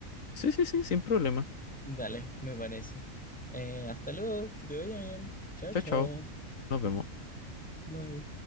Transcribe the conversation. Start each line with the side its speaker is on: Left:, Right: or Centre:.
Left: Sí, sí, sí, sin problema.
Centre: Dale, me parece. Eh, hasta luego, que te vaya bien. Chao,
Left: Chao,
Centre: chao.
Left: chao. Nos vemos.
Centre: Bye.